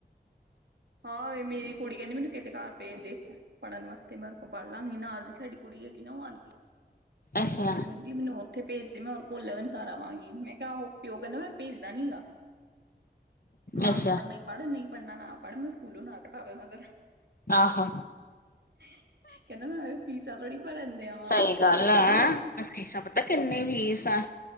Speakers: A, on the right; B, on the left.
A: ਆਹ ਵੇਖ ਮੇਰੀ ਕੁੜੀ ਕਹਿੰਦੇ ਮੈਨੂੰ ਕਿਸੇ ਘਰ ਭੇਜਦੇ ਪੜ੍ਹਨ ਵਾਸਤੇ ਮੈਂ ਆਪੀ ਪੜ੍ਹ ਲਾਂਗੀ ਨੀ ਨਾਲ ਦੀ ਸਾਡੀ ਕੁੜੀ ਹੈਗੀ ਨਾ ਉਹ ਆਂ ਤੇ
B: ਅੱਛਾ
A: ਮੈਨੂੰ ਕਹਿੰਦੀ ਮੈਨੂੰ ਉੱਥੇ ਭੇਜਦੇ ਮੈਂ ਉਹ ਭੁ ਲਰਨ ਕਰ ਆਵਾਂਗੀ, ਮੈਂ ਕਿਹਾ ਉਹ ਪਿਓ ਕਹਿੰਦਾ ਮੈਂ ਭੇਜਦਾ ਨੀ ਹੈਗਾ। ਮਾਂ
B: ਅੱਛਾ
A: ਕੋਲ ਪੜ੍ਹਨਾ ਈ ਨਹੀਂ ਪੜ੍ਹਨਾ ਨਾ ਪੜ੍ਹ ਮੈਂ ਸਕੂਲੋਂ ਨਾਂ ਕਟਾ ਦੇਨਾ ਤੇਰਾ
B: ਆਹੋ
A: ਫੇਰ ਕਹਿੰਦਾ ਮੈਂ ਫੀਸਾਂ ਥੋੜੀ ਭਰਨ ਦਿਆ ਵਾਂ
B: ਸਹੀ ਗੱਲ ਆ
A: ਹੈਂ
B: ਫੀਸਾਂ ਪਤਾ ਕਿੰਨੀ ਫੀਸ ਐ।